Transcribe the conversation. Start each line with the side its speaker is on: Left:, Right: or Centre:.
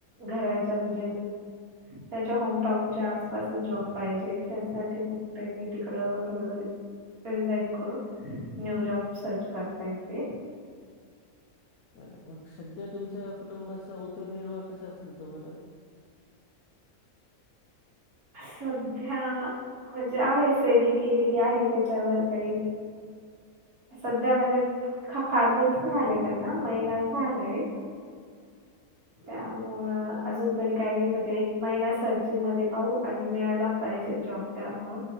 Right: घराच्या म्हणजे त्यांच्या होमटाऊनच्या आसपासच जॉब पाहिजे त्यासाठी त्यांनी तिकड थोडं रिझाईन करून न्यू जॉब सर्च करता येते
Left: बर मग सध्या तुमच्या कुटुंबाचा उदरनिर्वाह कसा चालतो बरं
Right: सध्या म्हणजे आहे सेव्हिंग केलेली आहे त्याच्यावर काही सध्या म्हणजे फार दिवस नाही झाले त्यांना महिनाच झालाय त्यामुळं
Left: होय काय
Right: अजून तरी काही म्हणजे एक महिना सर्चिंग मध्ये पाहू आणि मिळायला पाहिजे जॉब त्यामुळ